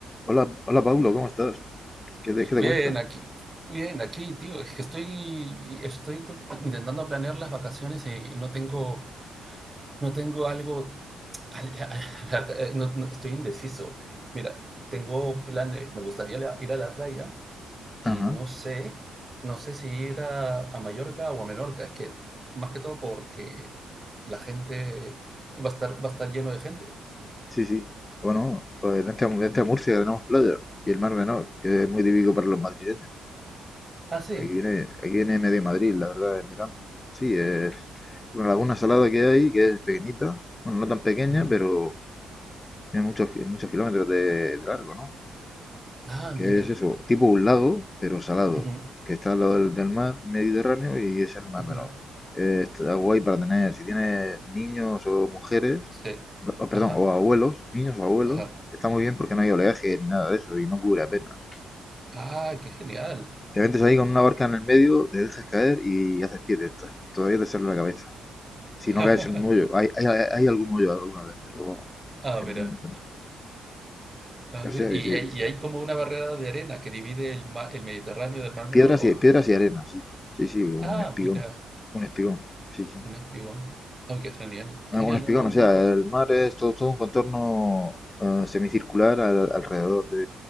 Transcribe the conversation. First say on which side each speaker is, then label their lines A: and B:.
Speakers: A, on the left (about 20°); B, on the right (about 20°).
A: Hola, hola Paulo, ¿cómo estás? ¿Qué te, qué te
B: Bien,
A: cuentas?
B: aquí, bien, aquí, tío. Es que estoy, estoy intentando planear las vacaciones y no tengo, no tengo algo, al- al- al- no- no- estoy indeciso. Mira, tengo planes, me gustaría la- ir a la playa y
A: Ajá,
B: no sé, no sé si ir a, a Mallorca o a Menorca. Es que más que todo porque la gente va a estar, va a estar lleno de gente.
A: sí, sí. Bueno, pues vente a, vente a Murcia, que tenemos playa. Y el Mar Menor, que es muy típico para los madrileños.
B: Ah, sí.
A: Aquí viene, aquí viene medio Madrid, la verdad, en verano. Sí, es una laguna salada que hay, que es pequeñita. Bueno, no tan pequeña,
B: Ujú.
A: pero tiene muchos, muchos kilómetros de, de largo, ¿no?
B: Ah,
A: que
B: mira.
A: es eso, tipo un lago, pero salado,
B: Ujú,
A: que está al lado del, del mar Mediterráneo y es el mar
B: ujú.
A: menor. Eh, está guay para tener, si tienes niños o mujeres,
B: Sí.
A: o- perdón,
B: Ajá,
A: o abuelos, niños o abuelos,
B: ajá.
A: está muy bien porque no hay oleaje ni nada de eso y no cubre apenas.
B: Ah, qué genial.
A: Te metes ahí con una barca en el medio, te dejas caer y haces pie de esta. Todavía te sale la cabeza. Si no
B: <laughs>
A: caes en un hoyo, hay, hay, hay algún hoyo alguna vez, pero vamos,
B: Ah,
A: generalmente
B: mira.
A: no.
B: Ah,
A: O sea
B: mira. ¿Y
A: que sí,
B: hay,
A: sí.
B: y hay como una barrera de arena que divide el, ma- el Mediterráneo del Mar
A: Piedras
B: Menor? ¿O?
A: y, piedras y arena, sí. Sí, sí, un
B: Ah,
A: espigón.
B: mira,
A: Un espigón, sí, sí.
B: un espigón. Ah, qué genial. Genial,
A: Ah, Un espigón,
B: no, no,
A: o
B: nunca.
A: sea, el mar es todo, todo un contorno eh, semicircular al- alrededor de,